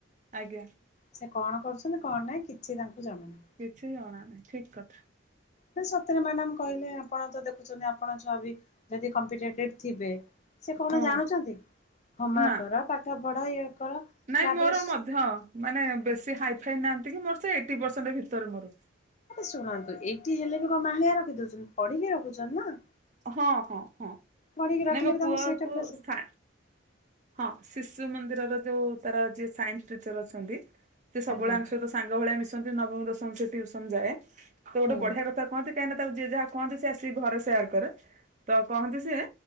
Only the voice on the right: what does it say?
ଆଜ୍ଞା।
କିଛି ଜଣା ନାହିଁ ଠିକ କଥା।
ହଁ
ନା
ନାଇଁ
ମୋର ମଧ୍ୟ ମାନେ ବେଶୀ ହାଇ ଫାଇ ନାହାନ୍ତି। କି ମୋର, ସେ ଏଇଟି ପରସେଣ୍ଟ ଭିତରେ ମୋର।
ହଁ, ହଁ, ହଁ
ନାଇଁ ମୋ
ପୁଅକୁ
ସା ହଁ, ଶିଶୁ ମନ୍ଦିରରେ ଯୋଉ ତାର ଜିଏ ସାଇନ୍ସ ଟିଚର ଅଛନ୍ତି। ସେ ସବୁବେଳେ
ଆଙ୍କ ସହିତ ସାଙ୍ଗ ଭଳିଆ ମିଶନ୍ତି, ନବମ ଦଶମ ସେ ଟିଉସନ ଯାଏ। ତ ଗୋଟେ
ବଢିଆ କ ତାକୁ କୁହନ୍ତି କାହିଁକି ନା ତାକୁ, ଯିଏ ଯାହା କୁହନ୍ତି ସେ ଆସି ଘରେ ସେୟାର କରେ। ତ କହନ୍ତି, ସିଏ